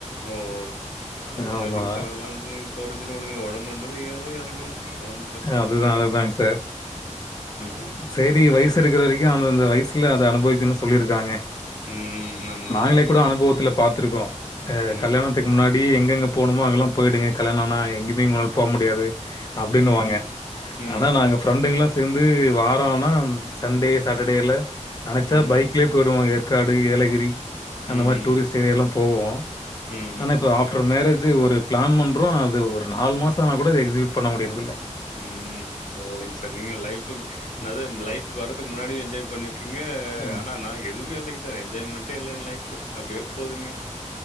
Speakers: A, on the left (about 80°); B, on the left (about 30°).
A: ஓ அது ஒண்ணு
B: ஆமா.
A: இல்லைங் சார் அதெல்லா ம் கொறஞ்சிடு வுடுங்க ஒடம்புன்றது ஏறு எறங்கு அதெல்லா ஒன்னு பிரச்சன
B: அதுதா
A: இல்ல விடுங்க
B: அதுதாங் சார்
A: ம்
B: சேரி வய்சுருக்கற வரைக்கு அந்தந்த வய்சுல அத அனுபவிக்கனு சொல்லிருக்காங்க
A: ம் ஆமா
B: நாங்ளே
A: ஆமாங்க
B: கூட அனுபவத்துல பாத்திருக்கோ ஆ
A: ம்
B: கல்யாணத்துக்கு முன்னா டி எங்கெங்க போனுமோ அங்கல்லா போய்டுங்க கல்யாணோ ஆனாய் எங்கிமே உங்ளால போ முடியாது அப் டின்னுவாங்க
A: ம் ம்
B: ஆனா நா நாங்க ஃப்ரெண்டுங்ல்லா சேந்து வாரோ ஆனா சண்டே சாட்டர் டேல நெனச்சா
A: ம்
B: பைக்லே போய்டுவோ ஏற்காடு ஏலகிரி
A: ம்
B: அந்த மாரி டூரிஸ்ட் ஏரியாலா போவோ
A: ம்
B: ஆனா இப்ப ஆஃப்ரு மேரேஜு ஒரு பிளான் பண்றோ அது ஒரு நாலு மாசோ ஆனா கூட அத எக்ஸிக்யூட் பண்ண முடி இல்ல
A: ம் பரவாலைங் சார் நீங்க லைஃப்பு என்னாது லைஃபுக்கு வர்றதுக்கு முன்னாடியு என்ஜாய் பண்ணிருக்கீங்க
B: ஆமா.
A: ஆனா நா எதுமே இல்லைங்க சார் என்ஜாய்மெண்டே இல்ல எ லைஃப் அப்டியே போதுங்க